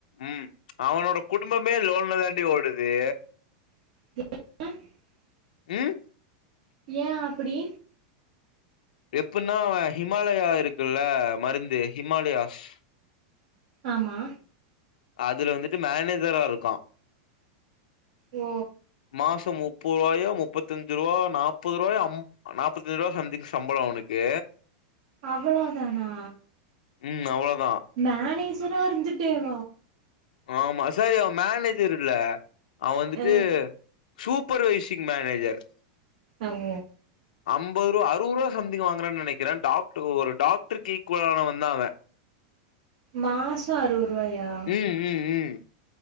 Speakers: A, on the left (about 85°); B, on the right (about 60°).
A: உம் அவனோட குடும்பமே லோன்ல தாண்டி ஓடுது
B: <inaudible>
A: உம்
B: ஏ அப்டி
A: எப்டினா ஹிமாலயா இருக்குல்ல மருந்து ஹிமாலயாஸ்
B: ஆமா
A: அதுல வந்துட்டு மேனேஜரா இருக்கான்
B: ஓ
A: மாசம் முப்ப முப்பது ரூபாயும் முப்பத்தஞ்சு ரூபாயா நாப்பது ரூபாய் ஐம் நாப்பத்தஞ்சு ரூபாய் சம்திங் சம்பளம் அவனுக்கு
B: அவ்ளோ தானா
A: உம் அவ்ளோதான்
B: மேனேஜரா இருந்துட்டேவ
A: ஆமா சேரி அவன் மேனேஜர் இல்ல அவன் வந்துட்டு
B: அ
A: சூப்பர்வைசிங் மேனேஜர்
B: அங்
A: ஐம்பது ரூபா அறுபது ரூபா சம்திங் வாங்குறான் நெனைக்கிறேன் டாக்டர் ஒரு டாக்டருக்கு ஈக்குவல்லானவன்தான் அவேன்
B: மாசோம் அறுவரூவாயா
A: உம் உம் உம்